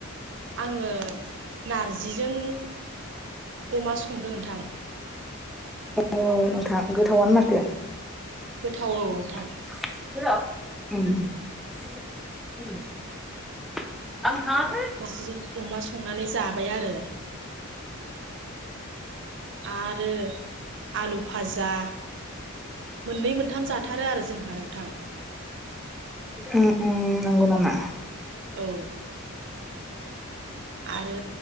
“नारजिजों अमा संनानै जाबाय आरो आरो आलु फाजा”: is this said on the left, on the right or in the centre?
Right